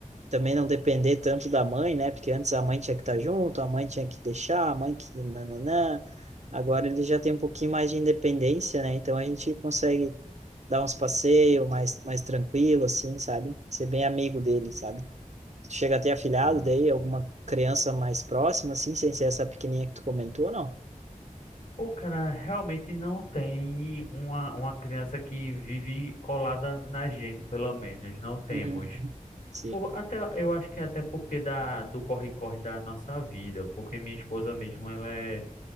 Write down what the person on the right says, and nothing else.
também não depender tanto da mãe, né? Porque antes a mãe tinha que estar junto, a mãe tinha que deixar, a mãe que nananã. Agora ele já tem um pouquinho mais de independência, né? Então a gente consegue dar uns passeios mais, mais tranquilo, assim, sabe? Ser bem amigo dele, sabe? Chega a ter afilhado
daí, alguma
criança mais próxima, assim, sem ser essa pequenininha que tu comentou, não?
Uhum. Sim.